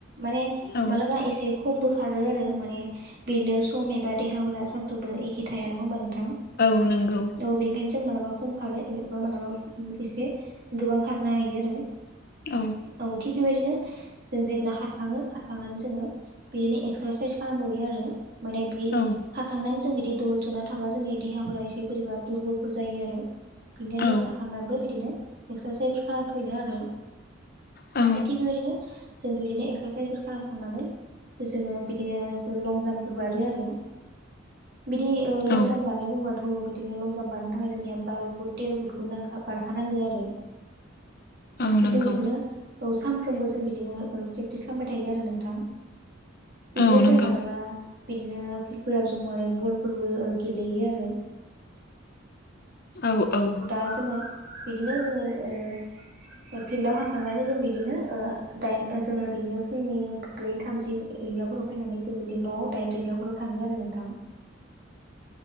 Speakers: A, on the right; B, on the left.
A: माने
B: औ
A: मालाबा एसे खम बो खारो आरो माने बिदिनो सम एबा देहाफोरा सामफ्रामबो एखे थाया नङा होमबा नों थां
B: औ नंगौ
A: औ बेनिखायनो जों मालाबा खम खारो एबा मालाबा उम एसे गोबां खारनो हायो आरो
B: औ
A: औ थिग बेबायदिनो जों जेब्ला खखरखाङो खारखांनानै जोङो बिदिनो एक्सारसाइस खालामबोयो आरो माने बि
B: औ
A: खारखांनान जों बिदि दलद जना थाब्ला जोंनि देहाफोरा एसे बोरैबा दुरबलफोर जायो आरो बेनिखायनो
B: औ
A: खारखांनानैबो जों बिदिनो एक्सारसाइस खालाम <inaudible> यो आरो ओ
B: औ
A: थिख बेबायदिनो जों बे बिदिनो एक्सारसाइसफोर खालामखांनानै जोङो बिदिनो लं जाम्पफोर बारो आरो बिदि ओ लं
B: औ
A: जाम्प बारनाय बुंबाथ' बिदिनो लं जाम्प बारनो थाखाय जोंनिया बार' फुट थेर' फुट खो नांखा बारखानांगौ आरो
B: औ नंगौ
A: जों बिदिनो ओ सानफ्रोमबो जों बिदिनो ओ प्रेक्टिस खामबाय थायो आरो नोंथां बिदिनोजों
B: औ नंगौ
A: मालाबा बिदिनो फिल्डफोराव जों माने बलफोरबो ओ गेलेयो आरो
B: औ औ
A: दा जोङो बिदिनो जोङो ओ ओ फिल्डआव हाखांनानै जों बिदिनो ओ‌ दाइन जोङो बिदिनो फुंनि ब्रै थामजि रिंगाफोराव फैनानै जों बिदिनो न'आवय दाइन रिंगाफोराव थाङो आरो नोंथां